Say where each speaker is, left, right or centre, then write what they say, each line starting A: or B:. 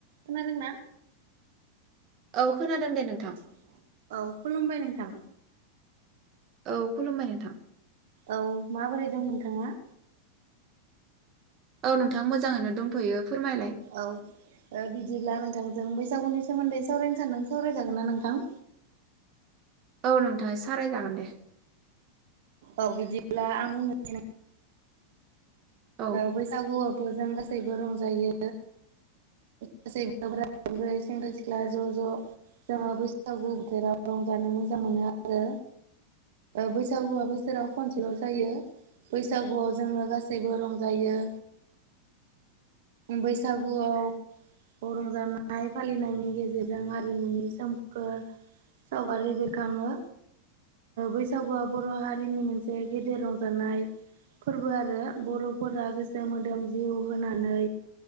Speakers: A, on the right; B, on the right.
A: खोनादों ना
B: औ खोनादों दे नोंथां
A: <unintelligible> औ खुलुमबाय नोंथां
B: औ खुलुमबाय नोंथां
A: औ माबोरै दं नोंथाङा
B: औ नोंथां मोजाङैनो दंथ'यो फोरमायलाय
A: औ बिदिब्ला नोंथांजों बैसागुनि सोमोन्दै सावरायनो सानदों सावरायजागोन ना नोंथां
B: औ नोंथाङा साराय जागोन दे
A: औ बिदिब्ला आं बुंनोसै न
B: औ
A: बैसागुआवथ' जों गै गासैबो रंजायो गासैबो <unintelligible> सेंग्रा सिख्ला ज' ज' जोङो बैसागु बोथोराव रंजानो मोजां मोनो आरो बैसागुआबो सेराव खनसेल' जायो बैसागुआव जोङो गासैबो रंजायो बैसागुआव रंजानाय फालिनायनि गेजेरजों आरारिमुनि सोमखोर सावगारि बेरखाङो बैसागुआ बर' हारि हारिनि मोनसे गेदेर रंजानाय फोरबो आरो बर'फोरा गोसो मोदोम जिउ होनानै